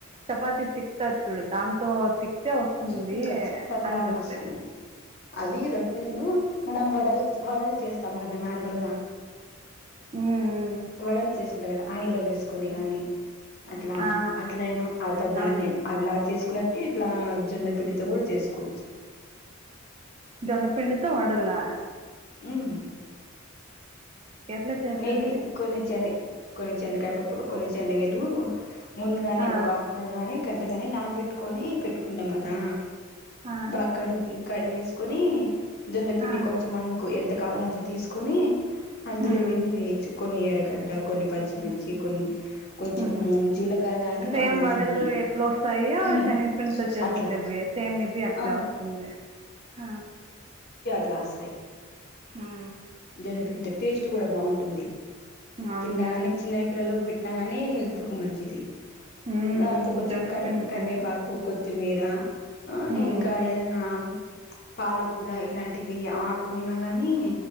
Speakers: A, on the right (about 25°); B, on the left (about 50°).
A: చపాతి తీక్తార్ చూడు దాంతో తిక్తే వస్తుంది
B: పిక్కచ్చు పతలాంగా
A: అని చెప్పిరి
B: వస్తాయి అవి రొట్టెలు మనం వడల్ వడల్ చే స్తాం కదా నార్మల్గా
A: ఉమ్
B: వాడలు చేసుకో ఆయిల్లో వేసుకొని గాని అట్లా
A: ఆ
B: అట్లయినా అ ధా
A: ఆ
B: అ చేసుకున్నట్టు ఇట్లా జొన్నపిండితో కూడా చేసుకోచ్చు
A: జొన్నపిండితో వడలా
B: హ్మ్
A: ఎట్లా చేసేది
B: నీవి కొన్ని చని కొన్ని చెనకాయ పప్పులు కొన్ని శనగలు ముందుగానే
A: ఆ
B: ఒక హాఫ్ అన్ అవర్ గా గంట కాని నాన బెట్టుకొని పెట్టుకుంటాం కదా
A: ఆ
B: బాక్కడు కడిగేసుకుని జొన్నపిండి
A: ఆ
B: కొంచెం మనం కు ఎంత కావలంత తీసుకుని అందులో
A: ఉమ్
B: వెన్ని వేయచ్చు కొన్ని ఎరగడ్డ కొన్ని పచ్చిమిర్చి కొన్ని కొంచెము
A: హ్మ్ హు
B: జీలకర్ర గాని
A: సేమ్
B: వాము
A: వడలు
B: గాని
A: ఎట్లా వస్తాయో
B: ఉమ్
A: శనిగిపండితో చేసిండేవి
B: అట్లా
A: సేమ్ ఇది అట్లే
B: ఆ
A: వస్తుంది ఆ
B: ప్లాసై
A: హ్మ్
B: జొన్న పిండితో టేస్ట్ కూడా బాంటుంది
A: అవునులే.
B: తిన్నగానే చిన్నై పిల్లకి పెట్టి గాని హెల్త్ కు మంచిది
A: హ్మ్.
B: అ అంత కొంచెం
A: జొన్నపిండి
B: కర్ కరివేపాకు
A: తిన్న.
B: కొ తిమిరా ఆ
A: హ్మ్.
B: ఇంకా ఏదన్నా పాలకూర ఇలాంటివి అవి ఆకున్నా గానీ